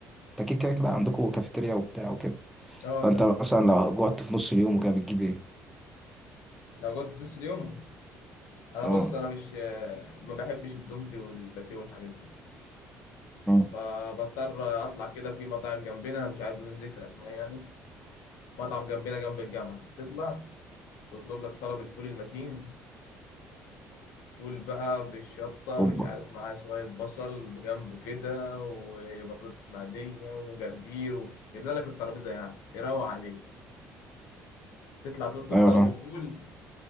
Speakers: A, in the centre; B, on the left.
A: انت كده كده كده عندكم كافيتيريا وبتاع وكده
B: اه
A: فانت
B: تمام
A: مثلا لو جوعت في نص اليوم وكده بتجيب ايه؟
B: لو جوت في نص اليوم انا
A: اه
B: بص انا مش ما بحبش الدومتي والباتيه والحاجات دي
A: اه
B: فبضطر اطلع كده في مطاعم جنبنا مش عارف بدون ذكر اسماء يعني مطعم جنبنا جنب الجامعه تطلع تطلب لك طلب الفول المتين فول بقى بالشطه
A: اوبا
B: مش عارف معاه شويه بصل بجنبه كده وبطاطس مقليه وجرجير و... يملى لك الترابيزه يعني يروق عليه تطلع تطلب
A: ايوه
B: طلب
A: فاهم
B: الفول